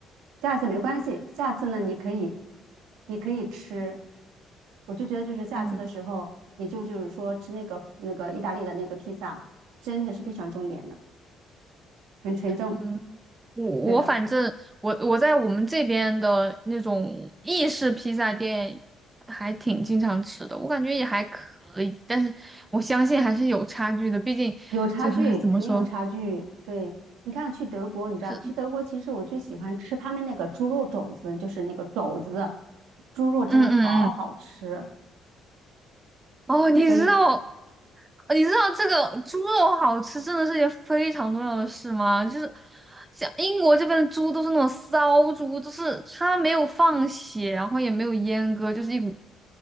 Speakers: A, on the right; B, on the right.
A: 下次没关系，下次呢你可以，你可以吃。我就觉得就是下次的时候，
B: 嗯。
A: 你就就是说吃那个那个意大利的那个披萨，真的是非常重点的，很纯正。
B: 嗯，我我反正我我在我们这边的那种意式披萨店
A: 对的，
B: 还挺经常吃的，我感觉也还可以，但是我相信还是有差距的，毕竟就是
A: 有差距，
B: <laughs> 怎么说
A: 肯定有差距。对，你看去德国，你知道去德国，
B: 是
A: 其实我最喜欢吃他们那个猪肉肘子，就是那个肘子，猪肉真的好好吃。
B: 嗯嗯嗯哦，你知道
A: 所以
B: 你知道这个猪肉好吃真的是一件非常重要的事吗？就是像英国这边的猪都是那种骚猪，就是它没有放血，然后也没有阉割，就是一股